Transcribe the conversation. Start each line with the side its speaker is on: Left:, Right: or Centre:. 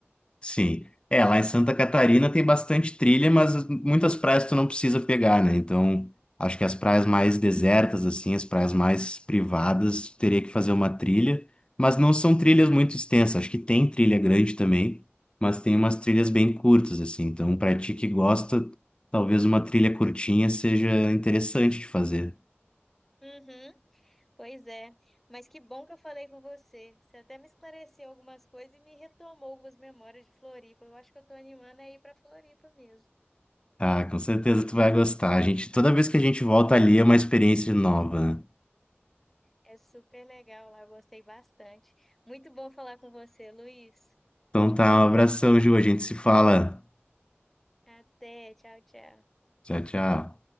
Left: Sim. É, lá em Santa Catarina tem bastante trilha, mas muitas praias tu não precisa pegar, né? Então, acho que as praias mais desertas, assim, as praias mais privadas, teria que fazer uma trilha, mas não são trilhas muito extensas. Acho que tem trilha grande também, mas tem umas trilhas bem curtas, assim. Então, pra ti que gosta, talvez uma trilha curtinha seja interessante de fazer.
Centre: Uhum, pois é. Mas que bom que eu falei com você. Você até me esclareceu algumas coisas e me retomou algumas memórias de Floripa. Eu acho que eu tô animando a ir pra Floripa mesmo.
Left: Ah, com certeza tu vai gostar. A gente, toda vez que a gente volta ali é uma experiência nova. né?
Centre: É super legal lá, gostei bastante. Muito bom falar com você, Luiz.
Left: Então tá, um abração, Ju. A gente se fala.
Centre: Até, tchau, tchau.
Left: Tchau, tchau.